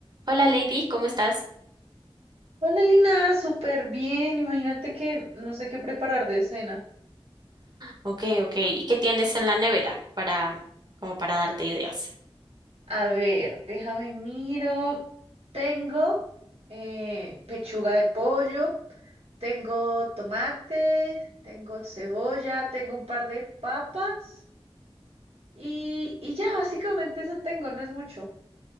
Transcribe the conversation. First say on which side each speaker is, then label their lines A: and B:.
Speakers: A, on the right; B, on the right.
A: Hola Lady, ¿cómo estás?
B: Hola Lina, súper bien. Imagínate que no sé qué preparar de cena.
A: Ok, ok. ¿Y qué tienes en la nevera para, como para darte ideas?
B: A ver, déjame miro. Tengo eh, pechuga de pollo, tengo tomate, tengo cebolla, tengo un par de papas y, y ya, básicamente eso tengo, no es mucho.